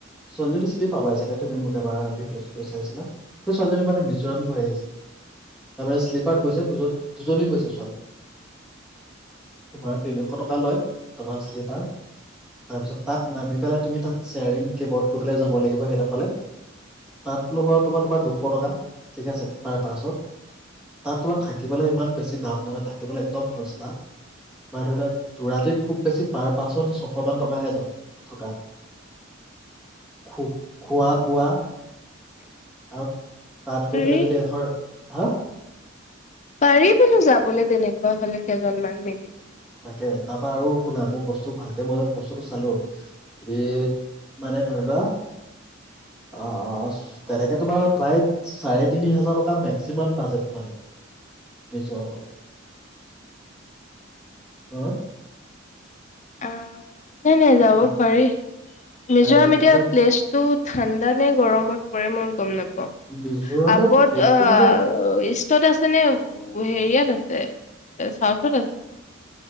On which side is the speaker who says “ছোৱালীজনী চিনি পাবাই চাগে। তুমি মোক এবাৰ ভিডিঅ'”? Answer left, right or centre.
Centre